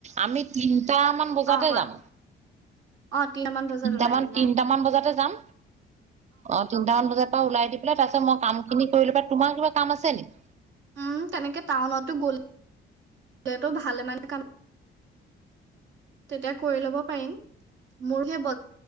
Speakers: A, on the right; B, on the right.
A: আমিতি টামান বজাতে
B: অ কোৱা
A: যাম
B: অ তিনটামান বজাত
A: তিনটামান
B: ওলাই দিম
A: তিনটামান
B: অ
A: বজাতে যাম। অ' তিনটামান বজাৰ পৰা ওলাই দি পেলাই তাৰপিছত মই কাম খিনি কৰিলো। প তোমাৰ কিবা কাম আছে নেকি?
B: উম তেনেকে টাউনতো গ'লে ভাল মানে কাম তেতিয়া কৰি ল'ব পাৰিম। মোৰহে